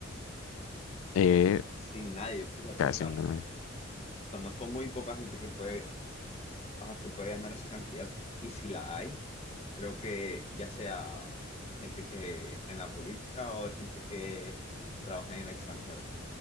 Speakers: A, on the left (about 90°); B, on the left (about 30°).
A: Eh,
B: Mm, Casi nadie, fíjate,
A: casi
B: o sea,
A: no.
B: conozco muy poca gente que puede ajá, que puede ganar esa cantidad. Y si la hay, creo que ya sea gente que esté en la política o gente que trabaja en el extranjero.